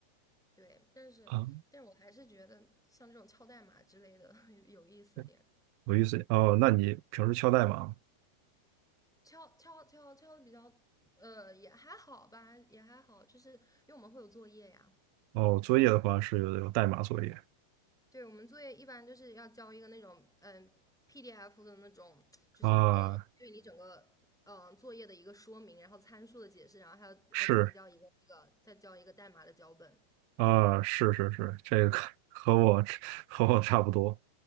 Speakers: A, in the centre; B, on the right.
A: 对，但是但是我还是觉得像这种敲代码之类的
B: 啊，
A: <laughs> 有意思点。
B: 对有意思哦。那你平时敲代码吗？
A: 敲敲敲敲的比较，呃，也还好吧，也还好，就是因为我们会有作业呀，
B: 哦，作业的话是有有代码作业
A: 对我们作业一般就是要交一个那种嗯 PDF 的那种，就是一个对你整个嗯呃作业的一个说明，
B: 啊，
A: 然后参数的解释，然后还要呃纯交一个那个再交一个代码的脚本。
B: 是啊，是是是，这个 <laughs> 和和我和我差不多，